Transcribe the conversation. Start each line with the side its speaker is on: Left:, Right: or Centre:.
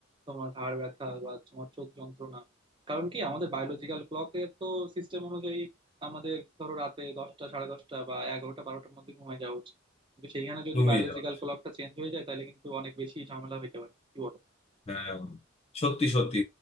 Right: তোমার ঘাড় ব্যথা বা তোমার চোখ যন্ত্রণা কারণ কি আমাদের বায়োলজিক্যাল ক্লকের তো সিস্টেম অনুযায়ী আমাদের ধরো রাতে দশটা সাড়ে দশটা বা এগারোটা বারোটার মধ্যে ঘুমায় যাওয়া উচিত কিন্তু সেইখানে যদি
Left: ঘুমিয়ে
Right: বায়োলজিক্যাল
Left: যাওয়া
Right: ক্লকটা চেঞ্জ হয়ে যায় তাহলে কিন্তু অনেক বেশি ঝামেলা হইতে পারে কি বলো
Left: হ্যাঁ সত্যি সত্যি